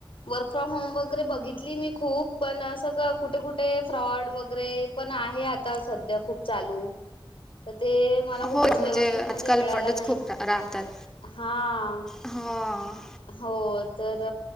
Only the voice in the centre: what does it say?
हो
आजकाल
फ्रॉडच
खूप रा- राहतात.
हां.